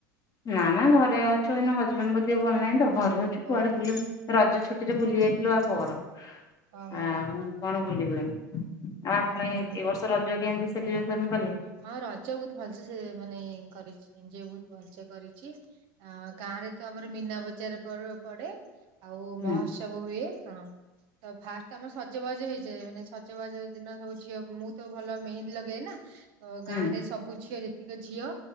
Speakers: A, on the left; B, on the right.
A: ନା ନା ଘରେ ଅଛୁ ଏଇନା ହଜବେଣ୍ଡଙ୍କ ଦେହ ଭଲ ନାହିଁ ତ ଘରେ ଅଛୁ କୁଆଡେ
B: ଓ
A: ବୁଲିବୁ ରଜ ଛୁ ଛୁଟିରେ ବୁଲି ଯାଇଥିଲୁ ବାପଘର।
B: ଓହୋ।
A: ଆଉ କଣ ବୁଲିବୁ ଆଉ ଆପଣ
B: ଓହୋ
A: ଏ
B: ହୋ
A: ଏ ବର୍ଷ ରଜ କେମିତି ସେଲିବ୍ରେସନ କଲେ?
B: ହଁ ରଜ ବହୁତ ଭଲସେ ସେ ମାନେ କରିଚି ଏଞ୍ଜୟ୍ ବହୁତ ଭଲସେ କରିଚି। ଅ ଗାଁରେ ତ ଆମର ମୀନା ବଜାର ପ ପଡେ ଆଉ
A: ହୁଁ
B: ମହଉତ୍ସ ତ୍ସବ ହୁଏ ହଁ। ତ ଫାଷ୍ଟ ଆମର ସଜବାଜ ହେଇଯାଏ ମାନେ ସଜବାଜ ଦିନ ସବୁ ଝିଅ ମୁଁ ତ ଭଲ ମେହେନ୍ଦୀ ଲଗାଏ ନା। ତ ଗାଁରେ
A: ହୁଁ
B: ସବୁ ଝିଅ ଯେତିକ ଝିଅ